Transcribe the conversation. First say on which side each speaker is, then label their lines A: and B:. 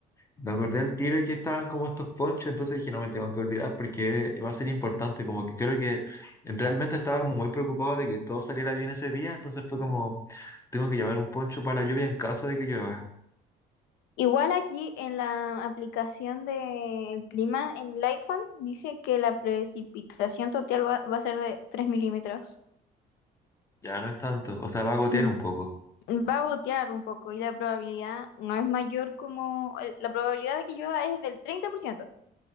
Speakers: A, on the left; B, on the left.
A: Me acordé al tiro que estaban como estos ponchos, entonces dije, no me tengo que olvidar porque va a ser importante, como que creo que realmente estaba como muy preocupado de que todo saliera bien ese día, entonces fue como, tengo que llevar un poncho para la lluvia en caso de que llueva,
B: Igual aquí en la aplicación del clima en el iPhone dice que la precipitación total va, va a ser de 3 milímetros.
A: ya no es tanto, o sea, va a gotear
B: Mm.
A: un poco,
B: Va a gotear un poco y la probabilidad no es mayor como, el- la probabilidad de que llueva es del 30%.